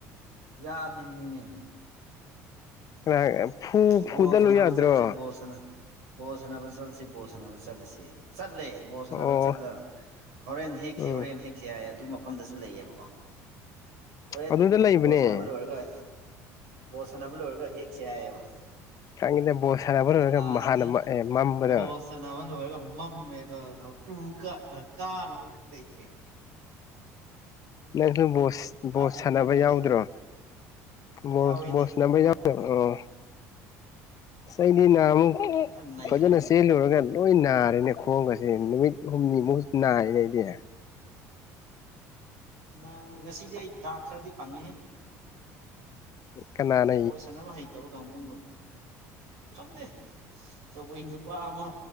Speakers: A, on the right; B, on the left.
A: ꯌꯥꯗ꯭ꯔꯤꯅꯤꯅꯦ
B: <unintelligible> ꯐꯨ
A: ꯕꯣꯜ
B: ꯐꯨꯗꯠꯂꯨ
A: ꯁꯥꯟꯅꯕ
B: ꯌꯥꯗ꯭ꯔꯣ
A: <unintelligible> ꯕꯣꯜ ꯁꯥꯟꯅꯕ ꯆꯠꯂꯁꯤ ꯕꯣꯜ ꯁꯥꯟꯅꯕ ꯆꯠꯂꯁꯤ ꯆꯠꯂꯦ ꯕꯣꯜ ꯁꯥꯟꯅꯕ
B: ꯑꯣ
A: ꯆꯠꯂ ꯍꯣꯔꯦꯟ ꯍꯦꯛꯁꯤ
B: ꯎꯝ
A: ꯍꯣꯔꯦꯟ ꯍꯦꯛꯁꯤ ꯍꯥꯏ ꯑꯗꯨꯃꯛ ꯃꯐꯝꯗꯁꯨ ꯂꯩꯌꯦꯕꯀꯣ ꯍꯣꯔꯦꯟ
B: ꯑꯗꯨꯗ ꯂꯩꯕꯅꯦ
A: ꯕꯣꯜ ꯁꯥꯟꯅꯕ ꯂꯣꯏꯔꯒ ꯕꯣꯜ ꯁꯥꯟꯅꯕ ꯂꯣꯏꯔꯒ ꯍꯦꯛꯁꯦ ꯍꯥꯏꯌꯦꯕ
B: ꯈꯪꯉꯤꯗ ꯕꯣꯜ ꯁꯥꯟꯅꯕ
A: ꯑꯗꯨꯒ
B: ꯂꯣꯏꯔꯒ
A: ꯂꯥꯁꯇ
B: ꯍꯥꯟꯅ <unintelligible> ꯃꯝꯕꯗꯣ
A: ꯕꯣꯜ ꯁꯥꯟꯅꯕ ꯂꯣꯏꯔꯒ ꯃꯝꯃꯦꯗꯣ <unintelligible> ꯎ ꯀꯥ ꯀꯥꯅꯕ ꯃꯤ ꯂꯩꯇꯦ
B: ꯅꯪꯖꯨ ꯕꯣꯁ
A: ꯀꯥꯕꯤꯅꯕ
B: ꯕꯣꯁ ꯁꯥꯟꯅꯕ
A: ꯃꯤ
B: ꯌꯥꯎꯗ꯭ꯔꯣ
A: ꯂꯩꯇ꯭ꯔꯦ ꯑꯗꯨ
B: ꯕꯣꯁ
A: ꯌꯥꯎꯋꯤꯅꯦ
B: ꯕꯣꯁ ꯁꯥꯅꯕ
A: ꯈꯔ
B: ꯌꯥꯎꯗꯕ꯭ꯔꯣ ꯁꯩꯗꯤꯅ ꯑꯃꯨꯛ
A: ꯈꯔ ꯅꯩꯈ꯭ꯔꯕꯅꯦ
B: ꯐꯖꯅ ꯆꯦꯂꯨꯔꯒ ꯂꯣꯏ ꯅꯥꯔꯦꯅꯦ ꯈꯣꯡꯒꯁꯦ ꯅꯨꯃꯤꯠ ꯍꯨꯝꯅꯤꯃꯨꯛ ꯅꯥꯔꯦꯅꯦ ꯑꯩꯗꯤ
A: ꯅꯥ ꯉꯁꯤꯗꯤ ꯑꯩ ꯗꯥꯛ ꯈꯔꯗꯤ ꯐꯪꯉꯦꯍꯦ
B: ꯀꯅꯥ
A: ꯕꯣꯜ ꯁꯥꯟꯅꯕ ꯍꯩꯇꯕ ꯀꯥꯡꯕꯨꯒ ꯈꯪꯗꯦ ꯀꯕꯨꯏ ꯅꯨꯄꯥ ꯑꯃ